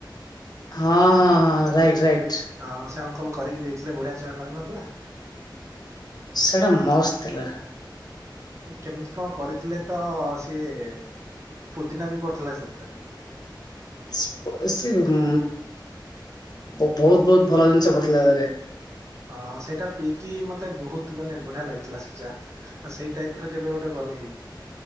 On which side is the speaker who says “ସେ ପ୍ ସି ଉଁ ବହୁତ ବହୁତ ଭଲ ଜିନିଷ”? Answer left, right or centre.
Left